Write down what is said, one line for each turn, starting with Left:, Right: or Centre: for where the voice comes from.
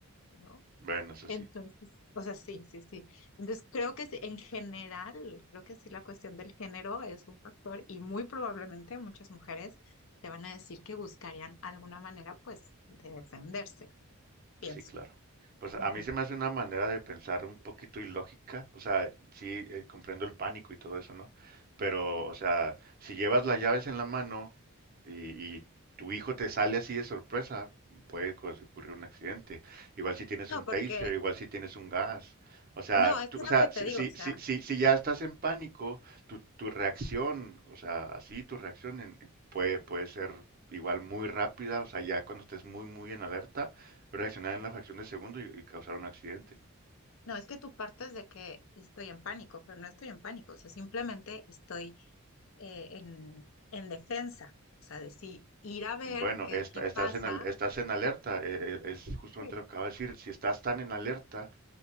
Left: ¿no?
Right: Bueno, eso
Left: Entonces,
Right: sí.
Left: o sea, sí, sí, sí. Entonces, creo que sí, en general, creo que sí la cuestión del género es un factor y muy probablemente muchas mujeres te van a decir que buscarían alguna manera, pues, de defenderse, pienso.
Right: Sí, claro. Pues
Left: Ujú.
Right: a mí se me hace una manera de pensar un poquito ilógica, o sea, sí, eh, comprendo el pánico y todo eso, ¿no? Pero, o sea, si llevas las llaves en la mano y, y tu hijo te sale así de sorpresa, puede co- ocurrir un accidente. Igual si tienes
Left: No,
Right: un
Left: porque,
Right: taser, igual si tienes un gas. O sea,
Left: no, es
Right: tú-
Left: que es
Right: o sea,
Left: lo que te
Right: si,
Left: digo,
Right: si,
Left: o sea,
Right: si, si, si ya estás en pánico, tu, tu reacción, o sea, así tu reacción en- puede, puede ser igual muy rápida, o sea, ya cuando estés muy, muy en alerta reaccionar en la fracción de segundo y, y causar un accidente.
Left: no, es que tú partes de que estoy en pánico, pero no estoy en pánico, o sea, simplemente estoy eh, en, en defensa, o sea, de si ir a ver
Right: Bueno,
Left: qué,
Right: esta-
Left: qué pasa.
Right: estás en, al- estás en alerta, eh, eh, es justamente
Left: Sí,
Right: lo que acabo de decir. Si estás tan en alerta,